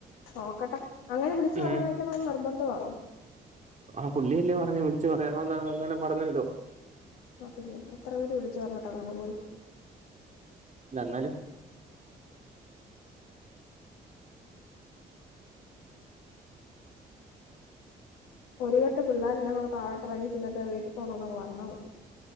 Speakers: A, on the left (about 80°); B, on the right (about 35°).
A: നോക്കട്ടെ അങ്ങനെ വിളിച്ച്
B: ഉം
A: പറഞ്ഞേക്കണമെന്ന് നിർബന്ധമാണോ
B: ആ പുള്ളിയല്ലേ പറഞ്ഞേ വിളിച്ചു പറയണോന്ന് അങ്ങനെ പറഞ്ഞല്ലോ
A: ആ പിന്നെ എത്ര പേര് വിളിച്ചു പറഞ്ഞിട്ട് അങ്ങനെ പോയി
B: ല്ല അന്നാലും
A: ഒരു വട്ടം പിള്ളേരെല്ലാം കൂടെ താഴോട്ട് ഇറങ്ങി ചെന്നിട്ട് വീട്ടിൽ പോണോന്ന് അങ്ങ് പറഞ്ഞാൽ മതി